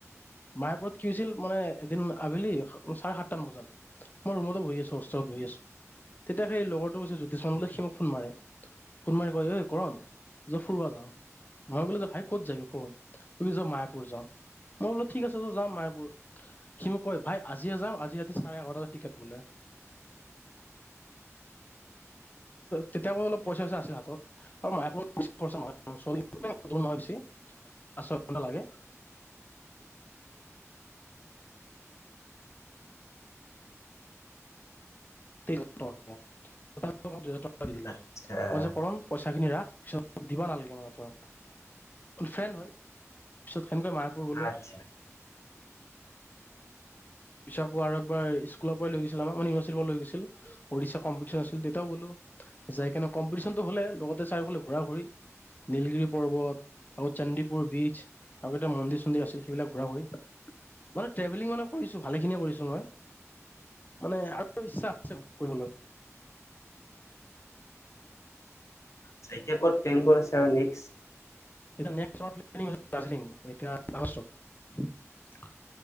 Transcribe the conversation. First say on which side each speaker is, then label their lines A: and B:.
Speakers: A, on the left; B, on the left.
A: মাহপুৰত কি হৈছিল মানে এদিন আবেলি চাৰে সাতটা মান বজাত মই ৰুমতো বহি আছো হোষ্টেলত বহি আছো। তেতিয়া সেই লগৰটোছ জোতিষানলৈ সি মোক ফোন মাৰে ফোন মাৰি কয় এই ঐ কৰণ য ফুৰোৱা যাও মই কলে যে ভাই কত যাবি ক য মায়াপুৰ যাও মই বোলো ঠিক আছে ত যাম মায়াপুৰ সি মোক কয় ভাই আজিয়ে যাাম আজি ৰাতি চাৰে এঘাৰটাটা টিকেট বোলে। তেতিয়া অলপ পইচা পইচা আছিল হাতত আৰু মচ নহয়হয় বেচি পাঁচ ছয় ঘন্টা লাগোহ। টকা কে- দিলা
B: আচ্ছা।
A: কই
B: উম।
A: যে
B: ঠিক কৈছা। উম। অ', উম, অ', অ', অ'। অ', যাব মন আছে বাৰু দেই
A: কৰম
B: মোৰ। ঠিক
A: পইচা খিনি ৰাখ পিছত দিবা নালাগে মানে তই। ফ্ৰেণ্ড হয় পিছত সেনেকে মায়াপুৰ
B: কৰা
A: গলো।
B: অ'। উম। আচ্ছা,
A: পিছাকো আৰু এবাৰ স্কুলৰ পৰাই লৈ গৈছিল আমাৰ ইউ্চি পৰা লৈ গছিল উড়ষশা কম্পিটিচন আছিল তেতিয়াও গলো। যাই কিনে কম্পিটিচন টো হলেই লগত চাৰিওফালে ঘুৰা-ঘুৰি। নীলগিৰি পৰ্বত আকৌ চন্দিপুৰ বীচ আৰু এতিটা মন্দিৰ চন্দিৰ আছিল সেইবিলাক ঘূৰা-ঘূৰি। মানে ট্ৰেভেলিং মানে কৰিছোঁ ভালে খিনিয়ে কৰিছো মই। মানে আৰু ইচ্ছা আছে কৰিবলৈ।
B: অট্চা। আ, এতিয়া ক'ত প্লেন কৰিছে আৰু নেক্স?
A: এতিয়া দাৰ্জিলিং এতিয়া আগষ্টত